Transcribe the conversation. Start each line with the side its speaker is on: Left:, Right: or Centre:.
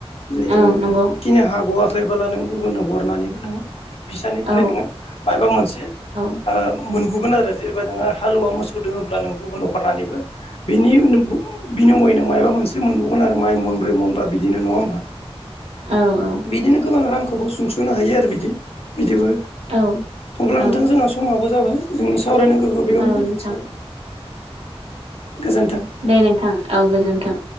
Left: जै
Right: औ
Left: जोङो
Right: नंगौ
Left: फिनो हाग'वाखैबोला नों गुबुननो हरनानैबो नोङो बिसानिफ्राय
Right: औ
Left: नोङो मायबा मोनसे
Right: औ
Left: ओ मोनबुगोन आरो जेनेबा नोङो हालुवा मोसौ दङोब्ला नों गुबुननो हरनानैबो बिनि बिनिमय नों मायबा मोनसे मोनबोगोन आरो माइ म मनब्रै मनबा बिदिनो नङा होमबा।
Right: औ
Left: बिदिनो गोबां रांखौबो सुंस'नो हायो आरो बिदि बिदिबो।
Right: औ
Left: अब्ला
Right: औ
Left: नोंथां जोंहा समाबो जाबाय जोंनि सावरायनांगोखौ बेयावनो
Right: औ
Left: दोनथोंसै
Right: नोंथां
Left: नामा? गोजोन्थों
Right: दे नोंथां औ गोजोनथों।